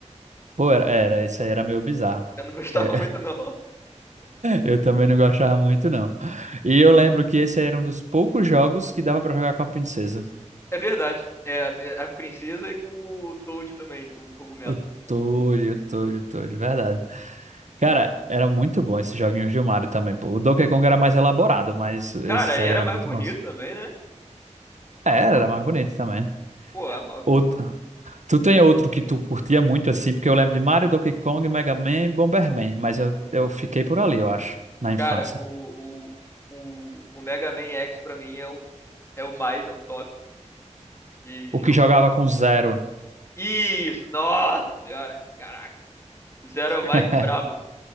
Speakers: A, on the right; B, on the left.
A: Pô, era, era, esse aí era meio bizarro.
B: Eu não gostava
A: É,
B: <laughs> muito, não.
A: Eu também não gostava muito, não. E eu lembro que esse era um dos poucos jogos que dava pra jogar com a princesa.
B: É verdade. É a, a princesa e com o Toad também, o cogumelo.
A: O Toad, o Toad, o Toad, verdade. Cara, era muito bom esses joguinhos do Mario também, pô. O Donkey Kong era mais elaborado, mas esses
B: Cara, ele
A: aí
B: era
A: eram
B: mais
A: muito
B: bonito
A: bons.
B: também, né?
A: É, era mais bonito também.
B: Pô, eu amava.
A: Outro... Tu tem outro que tu curtia muito, assim, porque eu lembro de Mario, Donkey Kong, Mega Man e Bomberman, mas eu, eu fiquei por ali, eu acho, na
B: Cara,
A: infância.
B: o, o, o, o Mega Man X pra mim é o, é o mais, é o top de
A: O
B: jogo
A: que jogava com zero.
B: Isso! Nossa senhora! Caraca! Zero
A: <laughs>
B: é o mais brabo